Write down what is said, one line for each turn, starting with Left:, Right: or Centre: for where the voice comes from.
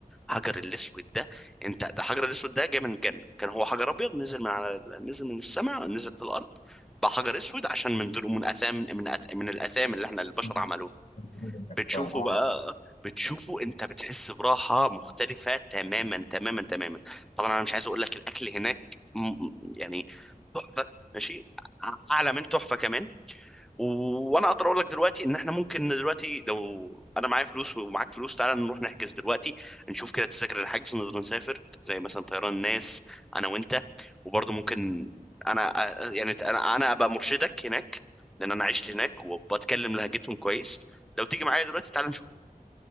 Centre: الحجر الاسود ده انت ده الحجر الاسود ده جاي من الجنه كان هو حجر ابيض نزل من على نزل من السماء نزل في الارض بقى حجر اسود عشان من دول من اثام من أث... من الاثام اللي احنا البشر
Left: أمم.
Centre: عملوها
Left: كان في جبل الناس
Centre: بتشوفه
Left: فعلا اه
Centre: بقى بتشوفه انت بتحس براحة مختلفة تماما تماما تماما طبعا انا مش عايز اقول لك الاكل هناك م- يعني تحفة ماشي أع- اعلى من تحفة كمان و- وانا اقدر اقول لك دلوقتي ان احنا ممكن دلوقتي لو انا معايا فلوس ومعاك فلوس تعالى نروح نحجز دلوقتي نشوف كده تذاكر الحجز نقدر نسافر زي مثلا طيران الناس انا وانت وبرضه ممكن انا أ- يعني انا انا ابقى مرشدك هناك لان انا عشت هناك وبتكلم لهجتهم كويس لو تيجي معايا دلوقتي تعالى نشوف